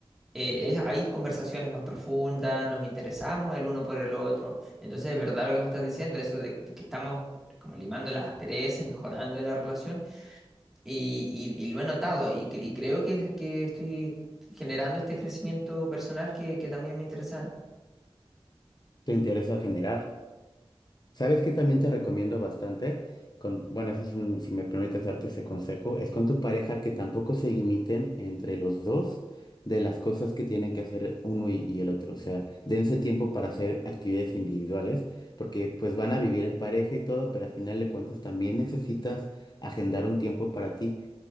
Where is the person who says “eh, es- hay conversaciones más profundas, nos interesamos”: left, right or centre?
Centre